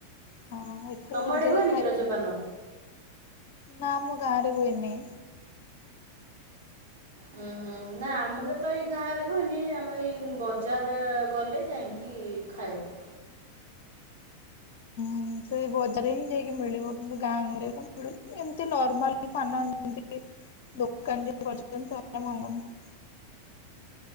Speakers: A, on the left; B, on the right.
A: ହଁ, ଏଥର
B: ତମ
A: ରଜରେ
B: ଆଡ଼େ ହୁଏନି କି ରଜପାନ?
A: ନାଁ ଆମ ଗାଁ ରେ ହୁଏନି।
B: ହୁଁ, ହୁଁ। ନାଁ ଆମର ତ ଏଇ ଗାଁରେ ହୁଏନି, ଆମ ଏଇ ବଜାର ଗଲେ ଯାଇଁକି ଖାଇବୁ।
A: ହୁଁ ସେଇ ବଜାର ହିଁ ଯାଇକି ମିଳିବ, କିନ୍ତୁ ଗାଁ ଗଁରେ ତ ମିଳୁନି ଏମିତି ନର୍ମାଲ ପାନ ଏମତି ଦୋକନ୍ ଯୋଉ କରିଛନ୍ତି ସେମାନେ ଭାଙ୍ଗନ୍ତି।